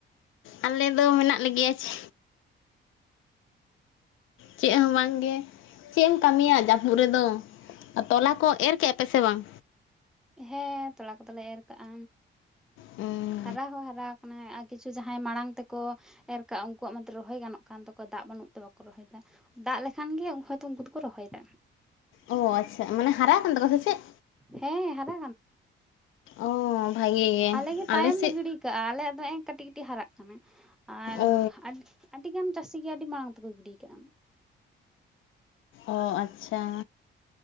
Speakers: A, on the left (about 85°); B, in the centre.
A: ᱟᱞᱮ ᱫᱚ ᱢᱮᱱᱟᱜ ᱞᱮᱜᱮᱭᱟ ᱪᱮ ᱪᱮᱫ ᱦᱚᱸ ᱵᱟᱝᱜᱮ ᱪᱮᱫ ᱮᱢ ᱠᱟᱹᱢᱤᱭᱟ ᱡᱟᱹᱯᱩᱫ ᱨᱮᱫᱚ ᱟᱨ ᱛᱚᱞᱟ ᱠᱚ ᱮᱨ ᱠᱮᱫᱼᱟ ᱯᱮ ᱥᱮ ᱵᱟᱝ
B: ᱦᱮᱸ ᱛᱚᱞᱟ ᱠᱚᱫᱚᱞᱮ ᱮᱨ ᱠᱟᱜᱼᱟ
A: ᱩᱸ
B: ᱦᱟᱨᱟ ᱦᱚᱸ ᱦᱟᱨᱟ ᱠᱟᱱᱟ ᱟᱨ ᱠᱤᱪᱷᱩ ᱡᱟᱦᱟᱸᱭ ᱢᱟᱲᱟᱝ ᱛᱮᱠᱚ ᱮᱨ ᱠᱟᱜᱼᱟ ᱩᱱᱠᱩᱣᱟᱜ ᱢᱟᱛᱚ ᱨᱚᱦᱚᱭ ᱜᱟᱱᱚᱜ ᱠᱟᱱ ᱛᱟᱠᱚᱣᱟ ᱫᱟᱜ ᱵᱟᱱᱩᱜ ᱵᱟᱱᱩᱜ ᱛᱮ ᱵᱟᱠᱚ ᱨᱚᱦᱚᱭᱫᱟ ᱫᱟᱜ ᱞᱮᱠᱷᱟᱱ ᱜᱮ ᱦᱳᱭᱛᱚ ᱩᱱᱠᱩ ᱫᱚᱠᱚ ᱨᱚᱦᱚᱭᱮᱫᱟ
A: ᱚ ᱟᱪᱪᱷᱟ ᱢᱟᱱᱮ ᱦᱟᱨᱟᱜ ᱠᱟᱱ ᱛᱟᱠᱚᱣᱟ ᱥᱮ ᱪᱮᱫ?
B: ᱦᱮᱸ ᱦᱟᱨᱟ
A: ᱚ ᱵᱷᱟᱜᱮ ᱜᱮ
B: ᱟᱞᱮ ᱛᱟᱭᱚᱢ
A: ᱥᱮᱫ
B: ᱞᱮ ᱜᱤᱰᱤ ᱠᱟᱜᱼᱟ᱾ ᱱᱮ-ᱮ ᱠᱟᱹᱴᱤᱡ ᱠᱟᱹᱴᱤᱡ ᱦᱟᱨᱟᱜ ᱠᱟᱱᱟ ᱟᱨ
A: ᱚ
B: ᱟᱹᱰᱤ ᱜᱟᱱ ᱪᱟᱹᱥᱤ ᱜᱮ ᱟᱹᱰᱤ ᱢᱟᱲᱟᱝ ᱛᱮᱠᱚ ᱜᱤᱰᱤ ᱟᱠᱟᱫᱼᱟ᱾ <inaudible>
A: ᱚ ᱟᱪᱪᱷᱟ